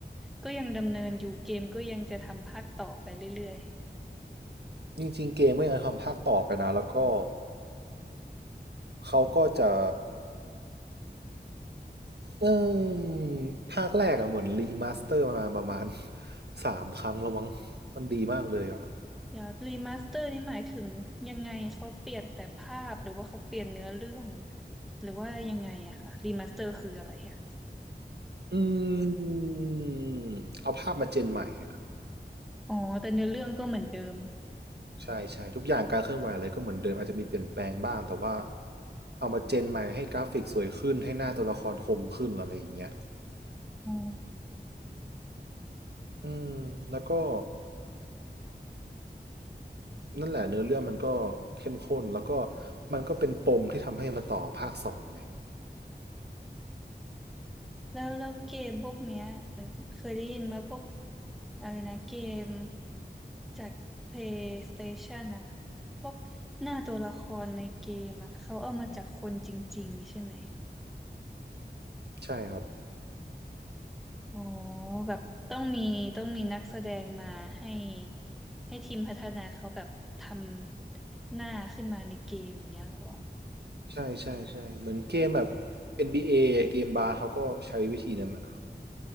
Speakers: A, in the centre; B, on the right (about 70°).
A: ก็ยังดำเนินอยู่เกมก็ยังจะทำภาคต่อไปเรื่อยๆ
B: จริงๆเกมก็ยังทำภาคต่อไปนะแล้วก็เขาก็จะเอมภาคแรกอะเหมือนรีมาสเตอร์มาประมาณ <laughs> สามครั้งแล้วมั้งมันดีมากเลยอะ
A: เดี๋ยวรีมาสเตอร์นี่หมายถึงยังไงเขาเปลี่ยนแต่ภาพหรือว่าเขาเปลี่ยนเนื้อเรื่องหรือว่ายังไงอะคะรีมาสเตอร์คืออะไรอะ
B: อืมเอาภาพมาเจนใหม่อะ
A: อ๋อแต่เนื้อเรื่องก็เหมือนเดิม
B: ใช่ใช่ทุกอย่างการเคลื่อนไหวอะไรก็เหมือนเดิมอาจจะมีเปลี่ยนแปลงบ้างแต่ว่าเอามาเจนใหม่ให้กราฟิกสวยขึ้นให้หน้าตัวละครคมขึ้นอะไรอย่างเงี้ย
A: อ๋อ
B: อืมแล้วก็ นั่นแหละเนื้อเรื่องมันก็เข้มข้นแล้วก็มันก็เป็นปมที่ทำให้มาต่อภาคสองไง
A: แล้วแล้วเกมพวกเนี้ยมันเคยได้ยินมาพวกอะไรนะเกม จาก PlayStation อะพวกหน้าตัวละครในเกมอะเขาเอามาจากคนจริงๆใช่ไหม
B: ใช่ครับ
A: อ๋อแบบต้องมีต้องมีนักแสดงมาให้ให้ทีมพัฒนาเขาแบบทำหน้าขึ้นมาในเกมอย่างเงี้ยเหรอ
B: ใช่ใช่ใช่เหมือนเกมแบบ NBA เอเกมบาร์เขาก็ใช้วิธีนั้นนะ